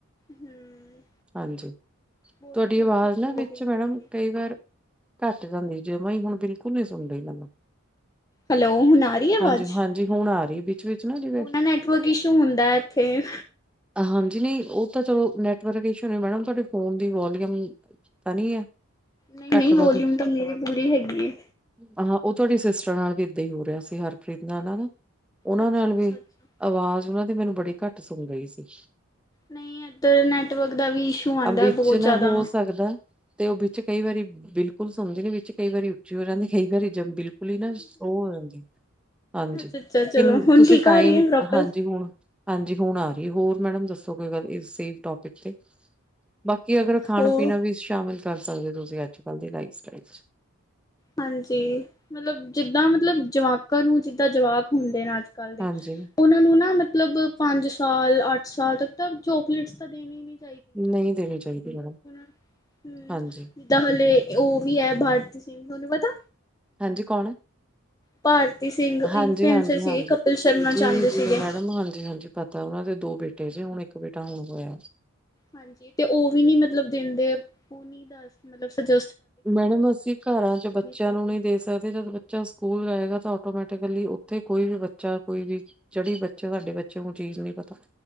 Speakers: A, on the left; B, in the centre.
A: ਹਮ
B: ਹਾਂਜੀ
A: ਬੋਡੀ
B: ਤੁਹਾਡੀ
A: ਥੋੜੀ
B: ਆਵਾਜ਼
A: ਫਿਟ
B: ਨਾ
A: ਰਹੂਗੀ
B: ਵਿੱਚ
A: ਉਹਨਾਂ
B: ਮੈਡਮ
A: ਦੀ ਵੀ
B: ਕਈ ਵਾਰ ਘੱਟ ਜਾਂਦੀ ਜਮਾਂ ਹੀ ਹੁਣ ਬਿਲਕੁਲ ਨਹੀਂੀ ਸੁਣ ਰਹੀ ਮੈਨੂੰ
A: ਹੈਲੋ ਹੁਣ ਆ ਰਹੀ ਹੈ ਆਵਾਜ਼
B: ਹਾਂਜੀ ਹਾਂਜੀ ਹੁਣ ਆ ਰਹੀ ਵਿੱਚ ਵਿੱਚ ਜਿਵੇਂ
A: ਉਹ ਨਾ ਨੈਟਵਰਕ ਇਸ਼ੂ ਹੁੰਦਾ ਇੱਥੇ
B: ਹਾਂਜੀ ਨਹੀਂ ਉਹ ਤਾਂ ਚਲੋ ਨੈਟਵਰਕ ਇਸ਼ੂ ਨੇ ਮੈਡਮ ਤੁਹਾਡ ਫੋਨ ਦੀ ਵੋਲੀਅਮ ਤਾਂ ਨਹੀਂ ਹੈ
A: ਨਹੀਂ ਨਹੀਂ
B: ਘੱਟ
A: ਵੋਲੂਮ
B: ਵੱਧ
A: ਤਾਂ ਮੇਰੇ ਪੂਰੀ ਹੈਗੀ ਹੈ
B: ਹਾਂ ਉਹ ਤੁਹਾਡੀ ਸਿਸਟਰ ਨਾਲ ਵੀ ਏਦਾਂ ਹੀ ਹੋ ਰਿਹਾ ਸੀ ਹਰਪ੍ਰੀਤ ਨਾਲ ਨਾ ਉਹਨਾਂ
A: ਅੱਛਾ-ਅੱਛਾ-ਅੱਛਾ।
B: ਨਾਲ ਵੀ ਆਵਾਜ਼ ਉਹਨਾਂ ਮੈਨੂੰ ਬੜੀ ਘੱਟ ਸੁਣ ਰਹੀ ਸੀ
A: ਨਹੀਂ ਇੱਧਰ ਨੈਟਵਰਕ ਦਾ ਵੀ ਇਸ਼ੂ ਆਉਂਦਾ
B: ਆ ਵਿੱਚ
A: ਬਹੁਤ
B: ਨਾ
A: ਜ਼ਿਆਦਾ
B: ਹੋ ਸਕਦਾ ਤੇ ਉਹ ਵਿੱਚ ਕਈ ਵਾਰੀ ਬਿਲਕੁਲ ਸੁਣਦੀ ਨੀ ਵਿੱਚ ਕਈ ਵਾਰੀ ਉੱਚੀ ਹੋ ਜਾਂਦੀ ਕਈ ਵਾਰੀ ਬਿਲਕੁਲ ਹੀ ਨਾ ਉਹ ਹੋ ਜਾਂਦੀ ਹਾਂਜੀ
A: ਅੱਛਾ-ਅੱਛਾ
B: ਕਿ
A: ਚਲੋ ਹੁਣ
B: ਤੁਸੀਂ
A: ਠੀਕ
B: ਟਾਈਮ
A: ਆ ਰਹੀ ਹੈ ਪ੍ਰੋਪਰ
B: ਹਾਂਜੀ ਹੁਣ ਹਾਂਜੀ ਹੁਣ ਆ ਰਹੀ ਹੋਰ ਮੈਡਮ ਦੱਸੋ ਕੋਈ ਗੱਲ ਇਸ ਸੇਮ ਟੋਪਿਕ ਤੇ ਬਾਕੀ ਅਗਰ ਖਾਣਾ
A: ਹੋਰ
B: ਪੀਣਾ ਵੀ ਸ਼ਾਮਿਲ ਕਰ ਸਕਦੇ ਔ ਤੁਸੀਂ ਅੱਜ ਕੱਲ ਦੀ ਲਾਈਫ ਸਟਾਈਲ ਚ
A: ਹਾਂਜੀ ਮਤਲਬ ਜਿੱਦਾਂ ਮਤਲਬ ਜਵਾਕ <inaudible> ਦਾ ਜਵਾਕ ਹੁੰਦੇ ਨੇ ਅੱਜ ਕੱਲ੍ਹ ਦੇ
B: ਹਾਂਜੀ
A: ਉਹਨਾਂ ਨੂੰ ਨਾ ਮਤਲ ਮਤਲਬ ਪੰਜ ਸਾਲ ਅੱਠ ਸਾਲ ਤ ਤਾਂ ਚੋਕਲੇਟਸ ਤਾਂ ਦੇਣੇ ਹੀ ਨ
B: ਨਹੀਂ ਦੇਣੀ ਚਾਹੀਦੀ ਮੈਮ
A: ਹੂੰ
B: ਹਾਂਜੀ
A: ਜਿੱਦਾਂ ਹਲੇ ਉਹ ਵੀ ਹੈ ਭਾਟ ਤੁਹਾਨੂੰ ਪਤਾ
B: ਹਾਂਜੀ ਕੌਣ
A: ਭਾਰਤੀ ਸਿੰਘ ਇਨਫਲੂਐਂਸਰ
B: ਹਾਂਜੀ- ਹਾਂਜੀ
A: ਸੀਗੇ
B: -ਹਾਂਜੀ
A: ਕਪਿਲ ਸ਼ਰਮਾ ਚ
B: ਜੀ
A: ਆਂਦੇ
B: ਜੀ
A: ਸੀਗੇ।
B: ਮੈਡਮ ਹਾਂਜੀ- ਹਾਂਜੀ ਪਤਾ ਉਹਨਾਂ ਦੇ ਦੋ ਬੇਟੇ <inaudible> ਬੇਟਾ ਹੋਣ ਹੋਇ
A: ਹਾਂਜੀ ਤੇ ਉਹ ਵੀ ਨੀ ਮਤਲਬ ਦਿੰਦੇ ਉਹ ਨੀ ਦ ਮਤਲਬਜ
B: ਮੈਡਮ ਅਸੀਂ ਘਰਾਂ ਚ ਬੱਚਿਆਂ
A: ਚਾਹੀਦੀ
B: ਨੂੰ ਨਹੀਂ
A: ਹੈ।
B: ਦੇ ਸਕਦੇ ਜਦ ਬੱਚਾ ਸਕੂਲ ਜਾਏਗਾ ਤਾਂ ਆਟੋਮੈਟ ਉੱਥੇ ਕੋਈ ਵੀ ਬੱਚਾ ਕੋਈ ਵੀ ਜਿਹੜੀ ਬੱਚੇ ਸਾਡੇ ਬੱਚੇ ਨੂੰ ਚੀਜ਼ ਨਹੀਂ ਪਤਾ